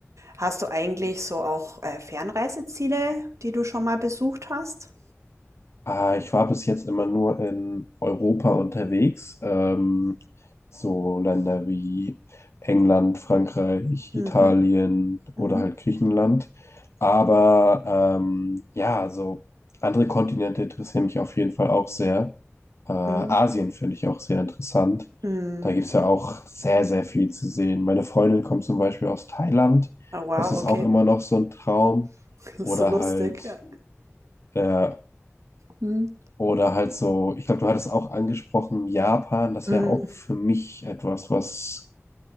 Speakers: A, on the right; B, on the left.
A: Hast du eigentlich so auch äh, Fernreiseziele, die du schon mal besucht hast?
B: Ah, ich war bis jetzt immer nur in Europa unterwegs, ähm, so Länder wie England, Frankreich,
A: Mhm,
B: Italien oder
A: mhm,
B: halt Griechenland. Aber ähm, ja, so andere Kontinente interessieren mich auf jeden Fall auch sehr. Äh, Asien
A: mhm,
B: finde ich auch sehr interessant.
A: mhm.
B: Da gibt's ja auch sehr, sehr viel zu sehen. Meine Freundin kommt zum Beispiel aus Thailand.
A: Oh wow,
B: Das ist
A: okay.
B: auch immer noch so ein Traum.
A: <laughs> Das
B: Oder
A: ist so lustig.
B: halt
A: Ja.
B: äh,
A: Mhm.
B: oder halt so, ich glaube, du hattest auch angesprochen, Japan, das
A: mhm.
B: wäre auch für mich etwas, was,